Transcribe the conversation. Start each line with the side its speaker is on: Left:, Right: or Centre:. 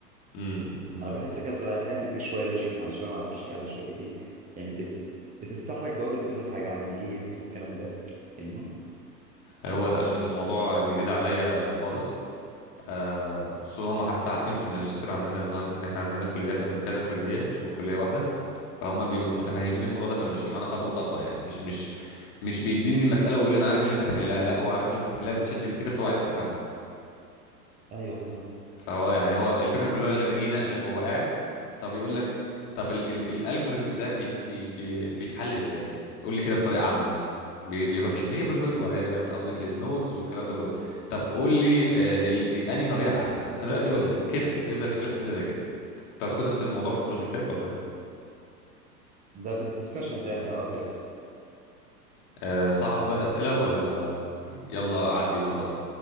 Left: امم أمم.
Right: انا بحس كده بصراحه ان هي بتديك شويه لوجيك على شويه ما اعرفش ايه على شويه ايه يعني بت... بتفتح لك بوابه كل حاجه عن الجيتس والكلام ده فاهمني
Left: هو عشان الموضوع جديد عليا خالص آه، خصوصا هم حتى عارفين في الماجستير عندنا ان ان احنا عندنا كلياتنا من كذا كليه مش من كليه واحده فهم بي... متفاهمين الموضوع ده فماشيين معانا خطوه خطوه يعني مش مش مش بيديني المساله ويقول لي انا عارف اللي انت هتحلها لا هو عارف اللي انت هتحلها من شات جي بي تي بس هو عايزك تفهمها
Right: ايوه فاهم
Left: فهو يعني هو الفكره كلها لما يجي يناقشك وهو قاعد طب يقول لك طب ال ال الالجوريزم ده بي بي بي بيتحل ازاي قول لي كده بطريقه عامه بي بيروح للنيبرهود وبعدين بيعمل ابديت للنودز والكلام ده كله طب قول لي آه ال- انهي طريقه احسن الطريقه دي ولا دي كده يفضل يسالك اسئله زي كده انتوا عندكم نفس الموضوع في البروجكتات ولا
Right: ده في الديسكشنز يعني اه بيحصل
Left: آه صعب بقى الاسئله ولا يلا عدي وخلاص